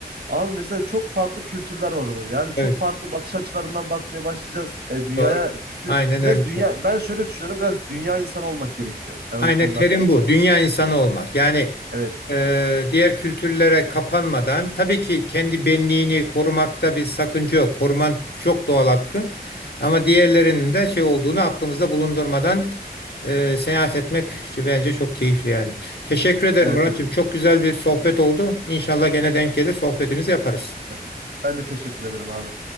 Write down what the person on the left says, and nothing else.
Evet,
doğru.
Aynen
öyle.
Aynen
terim bu. Dünya insanı olmak. Yani
e, diğer kültürlere kapanmadan tabii ki kendi benliğini korumakta bir sakınca yok. Koruman çok doğal hakkın. Ama diğerlerinin de şey olduğunu aklımızda bulundurmadan e, seyahat etmek bence çok keyifli yani. Teşekkür ederim
Muratçım.
Çok güzel bir sohbet oldu. İnşallah gene denk gelir sohbetimizi yaparız.